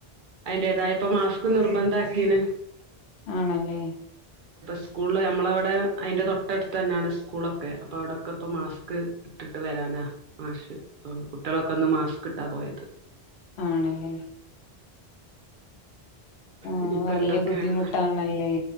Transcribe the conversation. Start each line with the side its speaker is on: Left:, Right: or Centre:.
Right: അതിന്റെതായപ്പോ മാസ്ക് നിർബന്ധം ആക്കിണ്.
Left: ആണല്ലേ?
Right: സ്കൂള് ഞമ്മളവിടെ അതിന്റെ തൊട്ടടുത്ത് തന്നെയാണ് സ്കൂളൊക്കെ, അപ്പ അവിടൊക്കെ ഇപ്പ മാസ്ക് ഇട്ടിട്ട് വരാനാ മാഷ് കുട്ടികളൊക്കെ ഇന്ന് മാസ്ക് ഇട്ടാ പോയത്.
Left: ആണല്ലേ? ആഹ്
Right: ഇനിയിപ്പ
Left: വല്യ
Right: എന്തൊക്കെയാണെന്നല്ല
Left: ബുദ്ധിമുട്ടാണല്ലേ